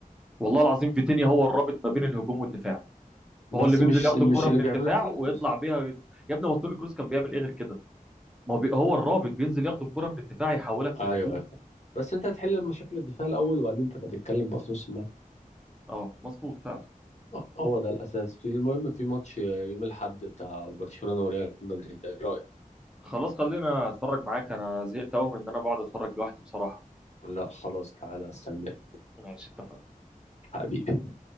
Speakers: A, in the centre; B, on the left.
A: والله العظيم فيتينيا هو الرابط ما بين الهجوم والدفاع
B: بس
A: هو اللي بينزل
B: مش
A: ياخد
B: مش
A: الكره
B: اللي
A: من
B: بيعمله
A: الدفاع
B: توني كروز
A: ويطلع بيها يا ابني هو توني كروس كان بيعمل ايه غير كده ما هو بي... هو الرابط بينزل ياخد الكره من الدفاع يحولك
B: ايوه
A: لهجوم
B: ايوه فاهم. بس انت هتحل مشاكل الدفاع الاول وبعدين تبقى تتكلم بقى في نص الملعب
A: اه مظبوط فعلا
B: اه، هو ده الاساس في المهم في ماتش يوم الاحد بتاع برشلونه وريال مدريد ده ايه رايك
A: خلاص خلينا اتفرج معاك انا زهقت قوي من ان انا بقعد اتفرج لوحدي بصراحه
B: لا خلاص تعالى استنى
A: ماشي اتفقنا
B: حبيبي